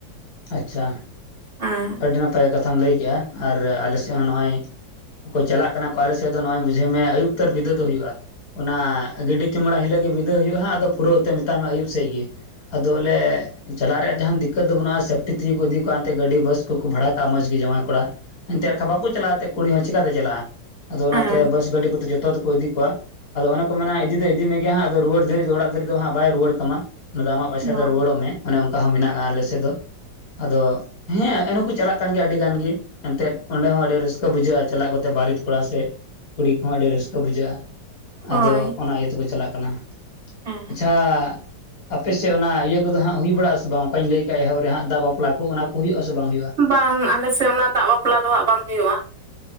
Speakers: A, on the left; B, on the right.
A: ᱟᱪᱪᱷᱟ
B: ᱟᱸ
A: ᱟᱹᱰᱤ ᱱᱟᱯᱟᱭ ᱠᱟᱛᱷᱟᱢ ᱞᱟᱹᱭ ᱠᱮᱫᱼᱟ ᱟᱨ ᱟᱞᱮᱮᱥᱮᱫ ᱦᱚᱸ ᱱᱚᱜᱼᱚᱭ ᱪᱟᱞᱟᱜ ᱠᱟᱱᱟ ᱠᱚ ᱟᱞᱮ ᱥᱮᱫ ᱫᱚ ᱱᱚᱜᱼᱚᱭ ᱵᱩᱡᱷᱟᱹᱣ ᱢᱮ ᱟᱹᱭᱩᱵᱛᱟᱹᱨ ᱵᱤᱫᱟᱹ ᱫᱚ ᱦᱩᱭᱩᱜᱼᱟ ᱚᱱᱟ ᱜᱤᱰᱤ ᱪᱩᱢᱲᱟ ᱦᱤᱞᱳᱜ ᱜᱮ ᱵᱤᱫᱟᱹᱭ ᱦᱩᱭᱩᱜᱼᱟ ᱦᱜ ᱟᱫᱚ ᱯᱩᱨᱟᱹᱣ ᱛᱮ ᱢᱮᱛᱟᱢ ᱢᱮ ᱟᱹᱭᱩᱵ ᱥᱮᱫ ᱜᱮ ᱟᱫᱚ ᱵᱚᱞᱮ ᱪᱟᱞᱟᱜ ᱨᱮᱭᱟᱜ ᱡᱟᱦ ᱫᱤᱠᱠᱚᱛ ᱫᱚ ᱵᱟᱹᱱᱩᱜᱼᱟ ᱥᱮᱯᱴᱤ ᱛᱮᱜᱮ ᱠᱚ ᱤᱫᱤ ᱠᱚᱣᱟᱼᱟ ᱮᱛᱮ ᱜᱟᱹᱰᱤ ᱵᱟᱥ ᱠᱚ ᱵᱷᱟᱲᱟ ᱠᱟᱜᱼᱟ ᱢᱚᱸᱡᱽ ᱜᱮ ᱡᱟᱶᱟᱭ ᱠᱚᱲᱟ ᱮᱱᱛᱮ ᱟᱨᱠᱟᱱᱡ ᱵᱟᱠᱚ ᱪᱟᱞᱟᱜ ᱮᱱᱛᱮ ᱠᱩᱲᱤ ᱦᱚᱸ ᱪᱤᱠᱟᱛᱮ ᱪᱟᱞᱟᱜᱼᱟ ᱟᱫᱚ ᱚᱱᱟᱛᱮ
B: ᱦᱮᱸ
A: ᱵᱟᱥ ᱜᱟᱹᱰᱤ ᱠᱚᱛᱮ ᱡᱚᱛᱚ ᱛᱮᱠᱚ ᱤᱫᱤ ᱠᱚᱣᱟ ᱟᱫᱚ ᱮ ᱠᱚ ᱢᱮᱱᱟ ᱤᱫᱤ ᱫᱚ ᱤᱫᱤ ᱢᱮᱮᱜ ᱦᱟᱸᱜ ᱟᱫᱚ ᱨᱩᱣᱟᱹᱲ ᱫᱷᱟᱹᱨᱤᱡ ᱫᱚᱲᱟᱜ ᱫᱷᱤᱡ ᱫᱚ ᱦᱟᱸᱜ ᱵᱟᱭᱩᱩᱭᱣᱟᱹᱲ ᱠᱟᱢᱟ ᱚᱱᱟ ᱫᱚ ᱟᱢᱟᱜ ᱯᱚᱭᱥᱟ
B: ᱵᱟᱝ
A: ᱛᱮ ᱨᱩᱩᱭᱟᱹᱲᱚᱜ ᱢᱮ ᱚᱱᱮ ᱚᱱᱠᱟ ᱦᱚᱸ ᱢᱮᱱᱟᱜᱼᱟ ᱟᱞᱮᱥᱮᱫ ᱫᱚ ᱟᱫᱚ ᱦᱮᱸ ᱪᱟᱞᱟᱜ ᱠᱟᱱ ᱜᱮᱭᱟ ᱟᱹᱰᱤ ᱜᱟᱱ ᱜᱮ ᱮᱛᱮᱫ ᱚᱸᱰᱮ ᱦᱚᱸ ᱟᱹᱰᱤ ᱨᱟᱹᱥᱠᱟᱹ ᱵᱩᱡᱷᱟᱹᱜᱼᱟ ᱪᱟᱞᱟᱣ ᱠᱟᱛᱮ ᱵᱟᱨᱮᱛ ᱠᱚᱲᱟ ᱥᱮ ᱠᱩᱲᱤ ᱠᱚᱦᱚᱸ ᱟᱹᱰᱤ ᱨᱟᱹᱥᱠᱟᱹ ᱵᱩᱡᱷᱟᱹᱜᱼᱟ
B: ᱦᱳᱭ
A: ᱟᱫᱚ ᱚᱱᱟ ᱤᱭᱟᱹ ᱛᱮᱠᱚ ᱪᱟᱞᱟᱜ ᱠᱟᱱᱟ
B: ᱦᱮᱸ
A: ᱟᱪᱪᱷᱟ ᱟᱯᱮᱥᱮᱫ ᱚᱱᱟ ᱤᱭᱟᱹ ᱠᱚᱫᱚ ᱦᱟᱸᱜ ᱦᱩᱭ ᱵᱟᱲᱟᱜᱼᱟᱥᱮ ᱵᱟᱝ ᱚᱱᱠᱟᱧ ᱞᱟᱹᱭ ᱠᱟᱜᱼᱟ ᱮᱦᱚᱵ ᱨᱮ ᱦᱟᱸ ᱫᱟᱜ ᱵᱟᱯᱞᱟ ᱠᱚ ᱚᱱᱟ ᱠᱚ ᱦᱩᱭᱩᱜᱼᱟᱥ ᱥᱮ ᱵᱟᱝ ᱦᱩᱭᱩᱜᱼᱟ
B: ᱵᱟᱝ ᱟᱞᱮᱥᱮᱫ ᱚᱱᱟ ᱫᱟᱜ ᱵᱟᱯᱞᱟ ᱫᱚ ᱦᱟᱜ ᱵᱟᱝ ᱦᱩᱭᱩᱜᱼᱟ